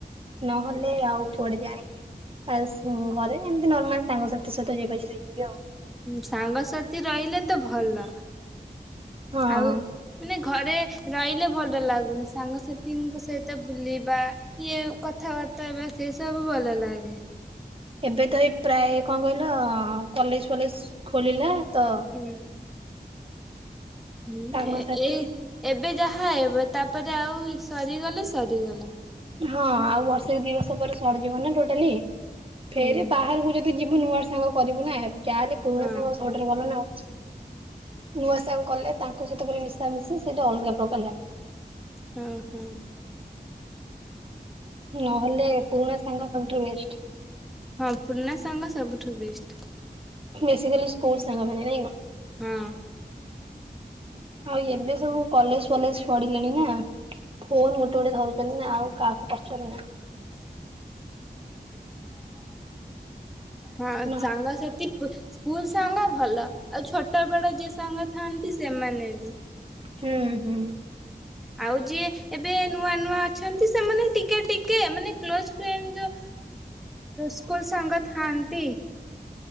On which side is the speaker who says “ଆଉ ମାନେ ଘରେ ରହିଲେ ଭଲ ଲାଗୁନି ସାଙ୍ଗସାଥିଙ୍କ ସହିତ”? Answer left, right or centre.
Centre